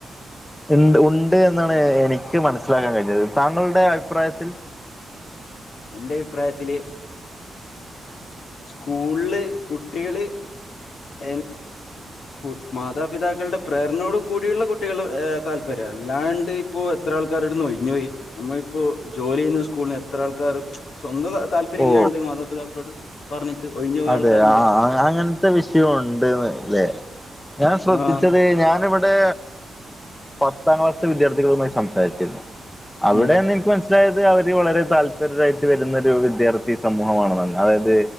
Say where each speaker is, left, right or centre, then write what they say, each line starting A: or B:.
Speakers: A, on the left; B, on the left.
A: ഇണ് ഉണ്ട് എന്നാണ് എനിക്ക് മനസ്സിലാക്കാൻ കഴിഞ്ഞത് താങ്കളുടെ അഭിപ്രായത്തിൽ
B: എന്റെ അഭിപ്രായത്തില് സ്കൂളില് കുട്ടികള് എന് കു മാതാപിതാക്കളുടെ പ്രേരണയോടുകൂടിയുള്ള കുട്ടികള്ടെ താല്പര്യം അല്ലാണ്ട് ഇപ്പോ എത്ര ആൾക്കാർ ഇടുന്ന് ഒഴിഞ്ഞോയി നമ്മളിപ്പോ ജോലി ചെയ്യുന്ന സ്കൂളില് എത്ര കാറ് സ്വന്തം താല്പര്യം
A: ഓ
B: ഇല്ലാണ്ട് മാതാപിതാക്കളോട് പറഞ്ഞിട്ട് ഒഴിഞ്ഞു പോയ
A: അതെ
B: ആൾക്കാരുണ്ട്
A: ആഹ് അങ്ങന് ത്തെ വിഷയം ഉണ്ട്ന്ന്ല്ലേ ഞാൻ ശ്രദ്ധിച്ചത്
B: ആ
A: ഞാനിവിടെ പത്താം ക്ലാസിത്തെ വിദ്യാർത്ഥികളുമായി സംസാരിച്ചിരുന്നു അവിടെ
B: ഉം
A: ന്ന് ൻക് മനസ്സിൽ സിലയത് അവര് വളരെ താല്പര്യരായിട്ട് വരുന്ന ഒരു വിദ്യാർത്ഥി സമൂഹമാണ് നന്ന് അതായത്